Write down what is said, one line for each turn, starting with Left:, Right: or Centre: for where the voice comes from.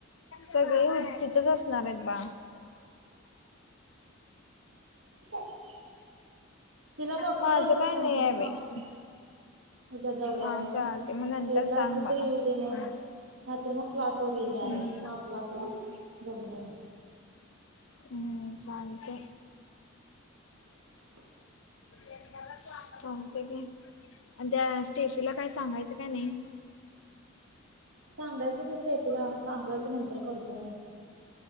Left: सगळे तिथंच असणार आहेत बा
Right: <unintelligible> तिला बघतो
Left: माझं
Right: नंतर
Left: काय
Right: फोन
Left: नाही
Right: करून
Left: आहे
Right: सांगतो
Left: बाई
Right: उद्या जाऊया
Left: हा
Right: म्हणून
Left: चालते मग नंतर
Right: येत
Left: सांग
Right: असलं
Left: मला
Right: तररी येऊ
Left: हम्म
Right: दे मग म तर मग क्लासवरर येईन डायरेक्ट
Left: हम्म
Right: मग आपला पण बघून ये
Left: हम् चालते
Right: श अअअ
Left: चांगत गी आणि त्या स्टेफीला काही सांगायचं काय नाही
Right: सांगायचं ते स्टेपूला सांगू कि नंतर करतो ह